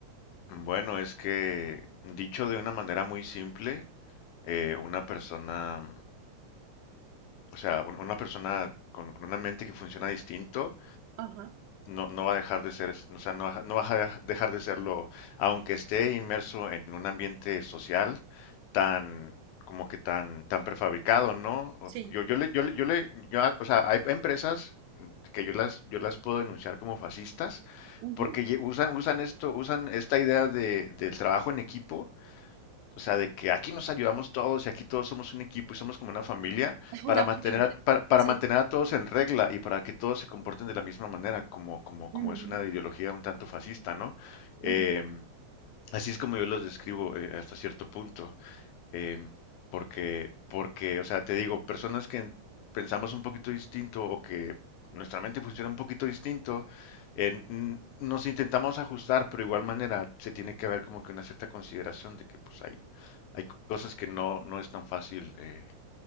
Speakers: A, on the left; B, on the right.
A: Bueno, es que dicho de una manera muy simple, eh, una persona, o sea, un- una persona con una mente que funciona distinto,
B: Ajá,
A: no, no va a dejar de ser, o sea, no, va- no va a deja- dejar de serlo, aunque esté inmerso en un ambiente social tan, como que tan, tan prefabricado, ¿no? O-
B: sí.
A: Yo, yo le, yo le, yo le, yo a- o sea, hay empresas que yo las, yo las puedo denunciar como fascistas
B: Ujú.
A: porque lle- usan, usan esto, usan esta idea de, del trabajo en equipo o sea, de que aquí nos ayudamos todos y aquí todos somos un equipo y somos como una familia
B: Es una
A: para mantener
B: familia,
A: a, para, para
B: sí.
A: mantener a todos en regla y para que todos se comporten de la misma manera, como, como,
B: Ujú,
A: como es una ideología un tanto fascista, ¿no? Em,
B: ujú.
A: así es como yo los describo eh, hasta cierto punto eh, porque, porque, o sea, te digo, personas que pensamos un poquito distinto o que nuestra mente funciona un poquito distinto, eh, n- nos intentamos ajustar, pero de igual manera se tiene que haber como que una cierta consideración de que pues hay, hay cosas que no, no es tan fácil eh,